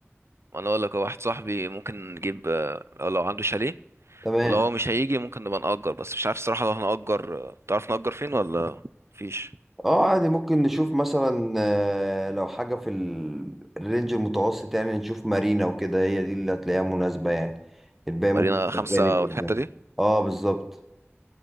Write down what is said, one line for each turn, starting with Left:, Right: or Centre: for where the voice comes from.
Right: انا اقول لك هو واحد صاحبي ممكن نجيب آه، لو عنده شاليه
Centre: تمام
Right: ولو هو مش هيجي ممكن نبقى نأجر بس مش عارف الصراحة لو هنأجر آه، تعرف نأجر فين ولا مفيش
Centre: اه عادي ممكن نشوف مثلا آه، لو حاجة في ال- الرينج المتوسط يعني نشوف مارينا وكده هي دي اللي هتلاقيها مناسبة يعني الباقي ممكن
Right: مارينا خمسة
Centre: تبقى غالي جدا
Right: والحتة دي
Centre: اه بالظبط